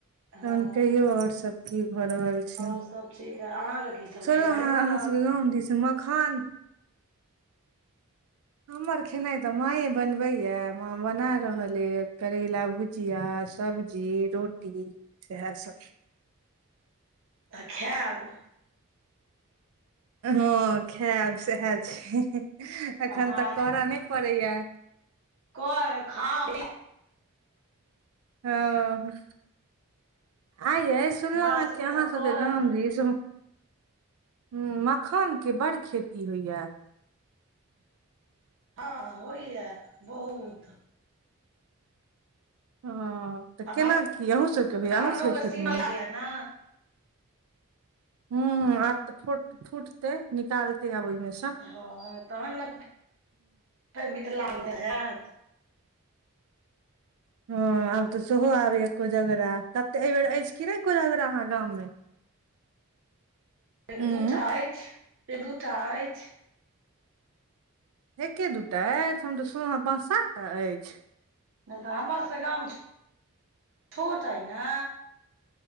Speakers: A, on the right (about 55°); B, on the right (about 75°).
A: हँ
B: भंन कहियो आओर की भऽ रहल छै,
A: आओर सब ठीक ह अहाँके की सब
B: सुनलहुँ
A: खेनाइ
B: हेँ
A: बनल
B: अहाँसभके गाम दिस मखान हमर खेनाइ तऽ माँए बनबैए, माँ बना रहल अछि करैला भुज भुजिया सब्जी रोटी इएह सब।
A: तऽ खायब।
B: हँ खायब सएह छै, एखन
A: अहाँ
B: तऽ करऽ नहि पड़ैये।
A: को खाइ।
B: हं, एं यै। सुनलउ
A: हमरा
B: हें
A: सबके
B: कि अहां
A: तऽ
B: सभके
A: करब
B: गाम
A: तऽ
B: दिस ह मखानके बड खेती होइये।
A: हँ होइयै बहुत।
B: हँ तऽ
A: आ
B: केना की अहूँ सभके
A: मखानो
B: होइये अहूँ सभके
A: के
B: खेतमे
A: सीजन
B: होइ
A: य ने
B: हु आब तऽ फ फूटते निकालतै आब ओहिमे सँ
A: हँ तखन ने फेर मिथिला मे जायब।
B: हं आब तऽ सेहो अबैये कोजगरा, कते एहि बेेर अछि कि नै कोजग‍रा अहाँ गाम मे।
A: एक
B: उंम्म
A: दूटा अछि, एक दूटा अछि।
B: एके दू टा अछि हम तऽ सुनलहुँ हेँ पाँच सात टा अछि।
A: नहि तऽ हमर सबके गाम छोट अइछ ने।